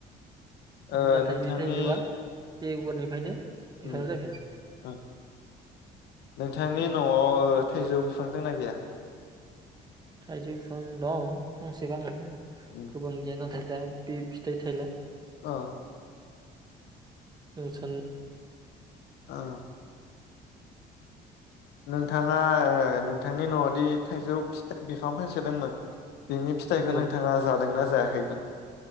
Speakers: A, on the left; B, on the right.
A: ओ
B: नाथाय
A: नोंथांनि
B: बे थाइजौआ बेगरनिफ्रायनो
A: उम
B: बिफां जाफिनो
A: ओम नोंथांनि न'आव ओ थायजौ बिफां दंना गैया?
B: थायजौ बिफां दं फांसे फांनै
A: उम
B: गोबां गैया नाथाय दा बे फिथाइ थायला।
A: अ
B: जों सान
A: अ नोंथाङा ओ नोंथांनि न'आवदि थाइजौ बिफां फांसेदोंमोन बेनि फिथाइखौ
B: औ
A: नोंथाङा जादोंना जायाखैमोन?